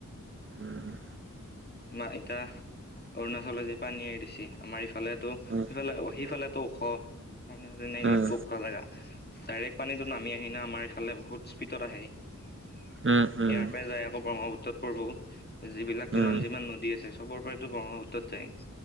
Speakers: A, on the right (about 40°); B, on the left (about 30°).
A: উম হুম।
B: মাৰ্ঘেৰিটা অৰুণাচলে যে পানী এৰি দিছে আমাৰ ইফালে ত
A: উম
B: সেইফালে সেইফালতো ওখ হয়না এইগিলাকো
A: উম
B: ওখ জাগা ডাইৰেক পানীটো নামি আহি আমাৰ এফালে বহু স্পীডত আহে ইয়াৰ
A: উম
B: পৰাই যায় আকৌ ব্ৰহ্মপুত্ৰত পৰব। যিবিলাক যিমান
A: উম
B: যিমান নদী আছে চবৰ পৰাইতো ব্ৰহ্মপুত্ৰত যায়।